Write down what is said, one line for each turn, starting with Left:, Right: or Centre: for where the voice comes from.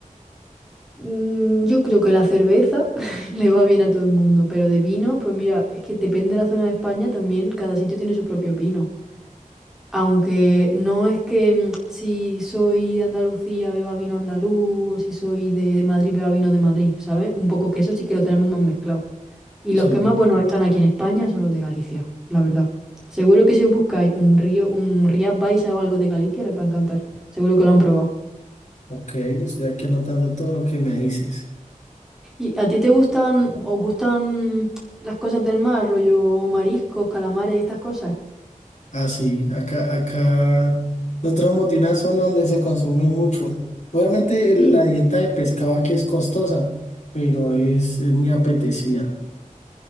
Centre: Mm, Yo creo que la cerveza <laughs> le va bien a todo el mundo, pero de vinos, pues mira, es que depende de la zona de España también, cada sitio tiene su propio vino. Aunque no es que mm, si soy de Andalucía beba vino andaluz o si soy de Madrid beba vino de Madrid, ¿sabes? Un poco que eso sí que lo tenemos más mezclado. Y
Left: Sí.
Centre: los que más buenos están aquí en España son los de Galicia, la verdad. Seguro que si os buscáis un río, un Rías Baixas o algo de Galicia les va a encantar. Seguro que lo han probado.
Left: Ok, estoy aquí anotando todo lo que me dices.
Centre: ¿Y a ti te gustan o gustan las cosas del mar, rollo mariscos, calamares, estas cosas?
Left: Ah, sí, acá, acá nosotros somos de una zona donde se consume mucho. Obviamente el-
Centre: Sí.
Left: la dieta de pescado aquí es costosa, pero es, es muy apetecida.